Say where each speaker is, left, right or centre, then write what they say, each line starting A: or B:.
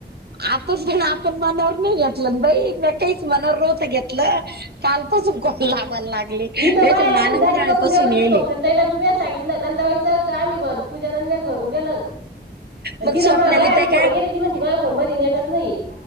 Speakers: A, on the right; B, on the right.
A: आताच जण आपण मनावर नाही घेतलं बाई म काहीच मनावर नव्हत घेतलं कालपासून कॉल लावायला लागले
B: मी तर
A: नाही
B: बायालाख
A: मला
B: जागी
A: उन्हाळ्यापासून
B: करून देवरच
A: येले
B: स्वपनाली ताईला बी म सांगितलं नंदावाईच आम्ही भर पूजा न आणि मीच भरून दिलं
A: मग
B: तिला
A: स्वप्नाली
B: म बाई
A: ताई
B: आणोन
A: काय
B: के ती म्हणती माझ्या फोन मध्ये नेटच नाही